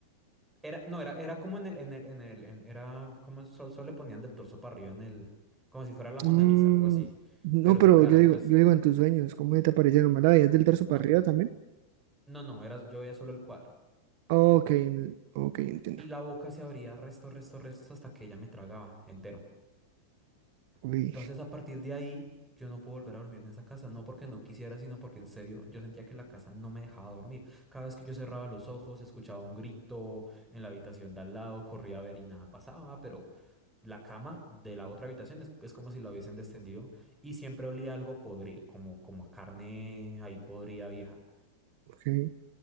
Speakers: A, in the centre; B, on the right.
A: Era, no, era, era como en el, en el, en el, en- era como solo, solo le ponían del torso para arriba en el, como si fuera la Mona
B: Mm,
A: Lisa, algo así,
B: no,
A: pero
B: pero
A: sin cara.
B: yo digo,
A: Entonces,
B: yo digo en tus sueños, ¿cómo te aparecieron? ¿Más la veías del torso
A: no,
B: para arriba también?
A: no, no, era, yo veía solo el cuadro.
B: Ok, en- ok, entiendo.
A: Y la boca se abría resto, resto, resto hasta que ella me tragaba entero.
B: Uy,
A: Entonces, a partir de ahí, yo no puedo volver a dormir en esa casa, no porque no quisiera, sino porque en serio yo sentía que la casa no me dejaba dormir. Cada vez que yo cerraba los ojos, escuchaba un grito en la habitación de al lado, corría a ver y nada pasaba, pero la cama de la otra habitación es, es como si la hubiesen descendido y siempre olía algo podrido, como, como a carne ahí podrida vieja.
B: ok.